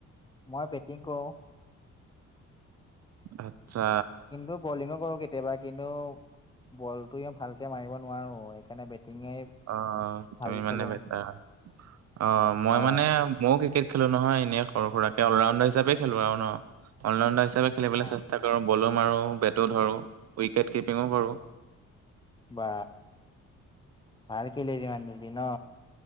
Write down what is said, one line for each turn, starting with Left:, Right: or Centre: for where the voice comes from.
Left: মই বেটিং কৰো।
Right: আতছা।
Left: কিন্তু বলিঙো কৰো কেতিয়াবা। কিন্তু বলটো ই ভালকে মাৰিব নোৱাৰো, সেইকাৰণে বেটিঙে
Right: অ অ,
Left: ভালকে
Right: তুমি মানে
Left: খেলো
Right: বেটাৰ, অ মই
Left: হয়।
Right: মানে ময়ো ক্ৰিকেট খেলো নহয় এনেই সৰু সুৰাকে, অলৰাউণ্ডাৰ হিচাপে খেলো আৰু ন অলৰাউণ্ডাৰ হিচাপে খেলিবলৈ
Left: অ
Right: চেষ্টা বলো মাৰো, বেটো ধৰো, উইকেট কিপিঙো কৰো।
Left: বা ভাল খেলে <unintelligible>